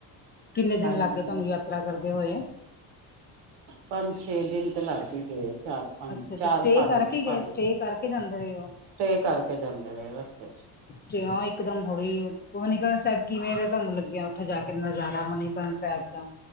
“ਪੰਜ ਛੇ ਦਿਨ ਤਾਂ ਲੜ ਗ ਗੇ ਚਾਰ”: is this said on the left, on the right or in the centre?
Right